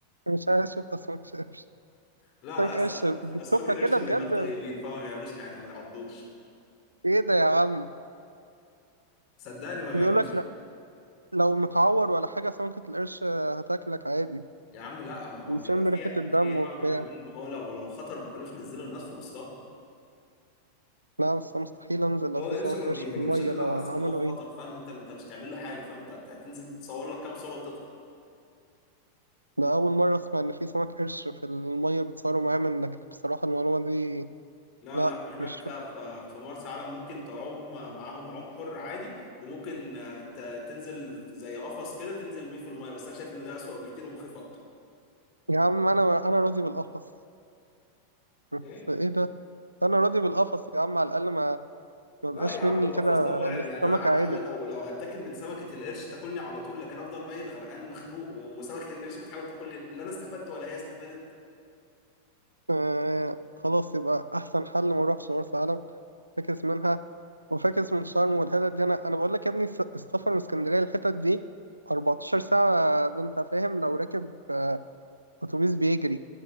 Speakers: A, on the right (about 85°); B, on the left (about 40°).
A: مش عايز أشوف أسماك قرش
B: لا
A: أسماك
B: لا أس...
A: قرش بتشوفها
B: اسماك القرش
A: كده
B: اللي
A: بجد
B: هناك طيبين فما بيعملوش حاجه ما بيعضوش
A: إيه ده يا عم
B: صدقني ما بيعملوش
A: بيقول لك
B: حاجه
A: لا لو متعور ولا حاجة سمكة القرش هتاكلك عادي
B: يا عم لا ما هو
A: بيشم
B: بيبقى فيها
A: ريحة الدم
B: في نوع
A: وبتاع
B: من الامان ان هو لو لو خطر ما كانوش نزلوا الناس في وسطها
A: لا بس أنا مستحيل أنزل لو
B: هو
A: في
B: القرش
A: سمك
B: ما
A: قرش
B: بيهاجمش
A: في المية
B: غير
A: لو
B: لو حس
A: عملوا
B: ان هو في خطر
A: إيه
B: فاهم انت انت مش تعمل له حاجه فاهم انت أنت هتنزل تتصور لك كام صوره وتطلع
A: ده أول مرة أسمع إن في سمك قرش في المية بيتصوروا معاه منك بصراحة المعلومة دي
B: لا
A: لا
B: لا هناك
A: مش
B: ف- في مرسى علم ممكن تعوم معاهم عوم حر عادي وممكن آه، ت- تنزل زي قفص كده تنزل بيه في المايه بس انا شايف ان ده اسوأ بكتير ومخيف اكتر
A: يا عم أنا أنا راضي بالقفص بس
B: ايه
A: إيه ده انا راضي بالقفص يا عم على الاقل ما ما
B: لا
A: بقاش
B: يا عم
A: مني
B: القفص
A: كده
B: ده مرعب
A: للسمكة
B: يعني انا على
A: عدل
B: الاقل لو لو هتاكل من سمكه القرش تاكلني على طول لكن افضل ميت غرقان مخنوق وسمكه القرش بتحاول تاكلني لا انا استفدت ولا هي استفادت
A: آه خلاص يبقى احسن حل ما اروحش مرسى علم فاكس منها وفاكس من شرم والحتت دي انا انا بقول لك يا ابني الس- السفر من اسكندريه للحتت دي 14 ساعه ده انت فاهم لو راكب آه، اتوبيس بيجري